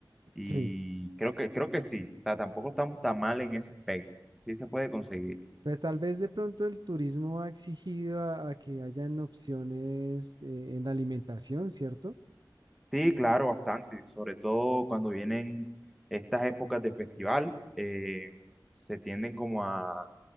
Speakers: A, in the centre; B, on the right.
A: y
B: sí.
A: creo que, creo que sí, o sea, tampoco estamos tan mal en ese aspecto, sí se puede conseguir.
B: Pues tal vez de pronto el turismo ha exigido a, a que hayan opciones eh, en la alimentación, ¿cierto?
A: Sí, claro, bastante, sobre todo cuando vienen estas épocas de festival, eh, se tienden como a